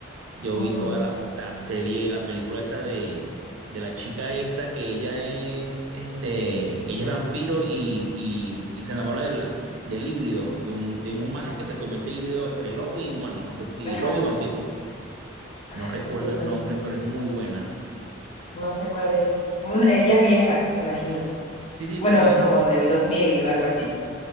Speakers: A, on the right; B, on the left.
A: Yo
B: Mm,
A: vi toda la, la serie, la película esta de, de la chica esta, que ella es, este, ella es vampiro y, y, y se enamora del, del híbrido, de un, de un humano que se convierte en híbrido entre lobo y humano, no sé, y
B: ajá.
A: lobo y vampiro.
B: Ay,
A: No recuerdo
B: no sé cuál.
A: el nombre, pero es muy buena.
B: No sé cuál es. Un- eh, ya vieja, me imagino.
A: Sí, sí,
B: Bueno,
A: pero tiene
B: como
A: mu-
B: del 2000 o algo así.